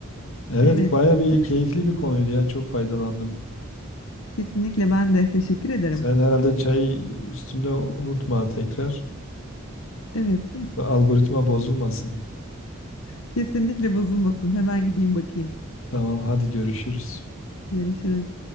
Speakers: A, on the left; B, on the left.
A: Evet,
B: Evet,
A: baya bir
B: evet
A: keyifli bir konuydu ya. Çok faydalandım.
B: kesinlikle ben de teşekkür ederim.
A: Sen herhalde çay üstünde unutma tekrar.
B: Evet.
A: Algoritma bozulmasın.
B: <laughs> Kesinlikle bozulmasın. Hemen gideyim bakayım.
A: Tamam, hadi görüşürüz.
B: Görüşürüz.